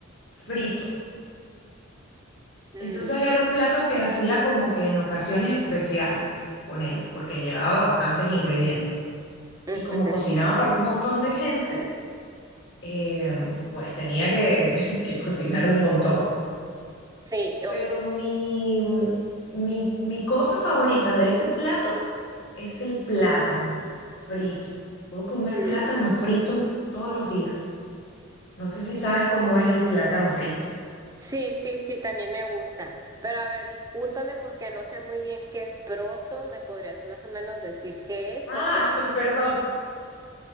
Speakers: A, on the left (about 60°); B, on the right (about 15°).
A: frito.
B: Mm,
A: Entonces era un plato que hacía como que en ocasiones especiales, ponele, porque llevaba bastantes ingredientes.
B: ujú.
A: Y como cocinaba para un montón de gente, em, pues tenía que, <laughs> que cocinar un montón.
B: Sí,
A: Pero
B: o-
A: mi, mi, mi cosa favorita de ese plato es el plátano frito. Puedo comer
B: mm.
A: plátano frito todos los días. No sé si sabes cómo es el plátano frito.
B: Sí, sí, sí, también me gusta. Pero a ver, discúlpame porque no sé muy bien qué es proto. ¿Me podrías más o menos decir qué es?
A: Ah,
B: Porque,
A: <laughs> perdón.